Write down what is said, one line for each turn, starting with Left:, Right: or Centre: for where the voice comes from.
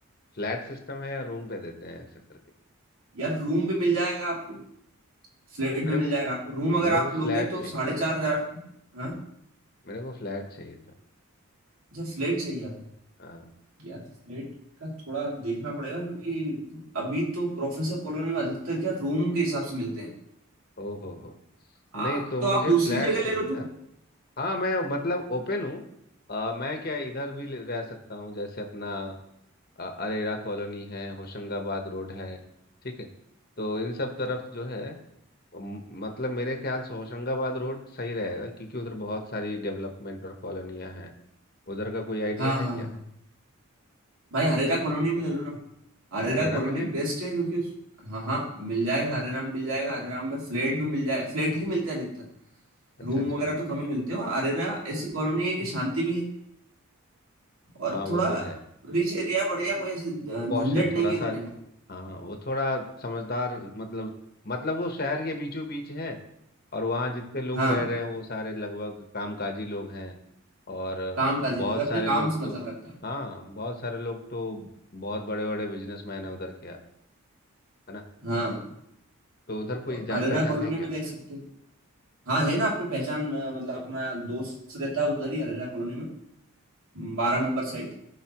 Left: फ्लैट सिस्टम है या रूम पे देते हैं ऐसा करके
Right: यार रूम भी मिल जाएगा आपको फ्लैट
Left: मेरे
Right: भी मिल
Left: को
Right: जाएगा आपको रूम अगर
Left: मेरे
Right: आप
Left: को फ्लैट
Right: लोगे तो
Left: चाहिए
Right: साढ़े चार हजार हाँ
Left: मेरे को फ्लैट चाहिए था
Right: अच्छा फ्लैट चाहिए
Left: हाँ
Right: यार नेट का थोड़ा देखना पड़ेगा क्योंकि अभी तो प्रोफेसर कॉलोनी में अधिकतर क्या रूम के हिसाब से मिलते हैं
Left: ओ हो हो
Right: आ,
Left: नहीं तो
Right: तो
Left: मुझे
Right: आप दूसरी
Left: फ्लैट
Right: जगह
Left: चाहिए
Right: ले लो
Left: था
Right: तो
Left: हाँ मैं मतलब ओपन हूँ आ, मैं क्या इधर भी ले- रह सकता हूँ जैसे अपना आ, अरेरा कॉलोनी है होशंगाबाद रोड है ठीक है तो इन सब तरफ जो है म- मतलब मेरे ख्याल से होशंगाबाद रोड सही रहेगा क्योंकि उधर बहुत सारी डेवलपमेंट और कॉलोनियाँ हैं उधर का कोई आइडिया
Right: हाँ
Left: है
Right: हाँ
Left: क्या
Right: हाँ भाई हरेरा कॉलोनी में ले लो ना हरेरा
Left: अरेरा
Right: कॉलोनी
Left: में है
Right: बेस्ट है क्योंकि उस- हाँ हाँ मिल जाएगा हरेरा में मिल जाएगा हरेरा में फ्लैट भी मिल जाएगा फ्लैट ही मिलते हैं अधिकतर
Left: अच्छा
Right: रूम
Left: अच्छा
Right: वगैरह तो कम ही मिलते हैं और हरेरा ऐसी कॉलोनी है कि शांति भी है और
Left: हाँ वो
Right: थोड़ा
Left: तो है
Right: रिच एरिया है बढ़िया कोई ऐसी झंझट
Left: पॉश है
Right: नहीं
Left: थोड़ा
Right: है
Left: सा
Right: कोई टेंशन
Left: हाँ वो थोड़ा समझदार मतलब मतलब वो शहर के बीचों बीच है और वहाँ जितने लोग
Right: हाँ
Left: रह रहे हैं वो सारे लगभग कामकाजी लोग हैं और
Right: काम काजी
Left: बहुत
Right: लोग हैं, अपने
Left: सारे लोग
Right: काम से
Left: तो
Right: मतलब रखते हैं
Left: हाँ बहुत सारे लोग तो बहुत बड़े बड़े बिजनेसमैन हैं उधर के यार है ना
Right: हाँ
Left: तो उधर कोई
Right: तो
Left: जान
Right: अरेरा
Left: पहचान
Right: कॉलोनी
Left: है क्या
Right: में देख सकते हैं हाँ है ना अपनी पहचान अ, मतलब अपना दोस्त रहता है उधर ही अरेरा कॉलोनी में बारह नंबर साइट